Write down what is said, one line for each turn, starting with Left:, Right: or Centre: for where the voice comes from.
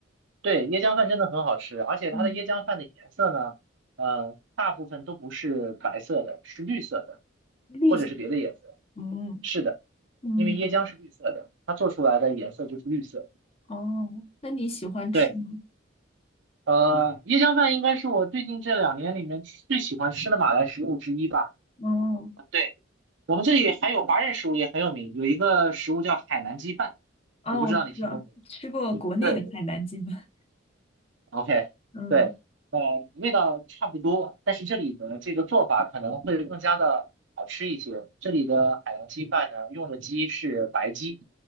Right: 对，椰浆饭真的很好吃，而且它的椰浆饭的颜色呢，
Left: 嗯，
Right: 呃，大部分都不是白色的，是绿色的，
Left: 绿色的，
Right: 或者是别的颜色。
Left: 嗯
Right: 是的，
Left: 嗯
Right: 因为椰浆是绿色的，它做出来的颜色就是绿色。
Left: 哦，那你喜欢吃吗？
Right: 对，呃，椰浆饭应该是我最近这两年里面最喜欢吃的马来食物之一吧。
Left: 哦。
Right: 对。我们这里还有华人食物也很有名，有一个食物叫海南鸡饭，
Left: 啊，
Right: 我不知道你听过没有？
Left: 我知道，吃过国内的海南鸡饭。
Right: 对，OK，
Left: 嗯，
Right: 对，呃，味道差不多，但是这里的这个做法可能会更加的好吃一些。这里的海南鸡饭呢，用的鸡是白鸡，